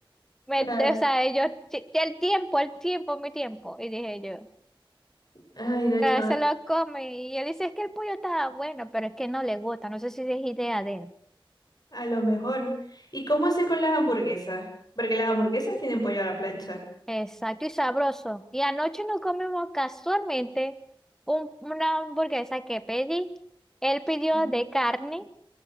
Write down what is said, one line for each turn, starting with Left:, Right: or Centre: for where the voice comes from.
Centre: Me,
Left: Claro.
Centre: o sea, yo, "Ti- el tiempo, el tiempo, mi tiempo. Y dije yo,
Left: Ay, no, chama,
Centre: "Ah, se lo come. Y él dice, es que el pollo estaba bueno, pero es que no le gusta. No sé si es idea de él.
Left: a lo mejor. ¿Y cómo hace con las hamburguesas? Porque las hamburguesas tienen pollo a la plancha.
Centre: Exacto, y sabroso. Y anoche nos comimos casualmente un- una hamburguesa que pedí. Él pidió
Left: Mm.
Centre: de carne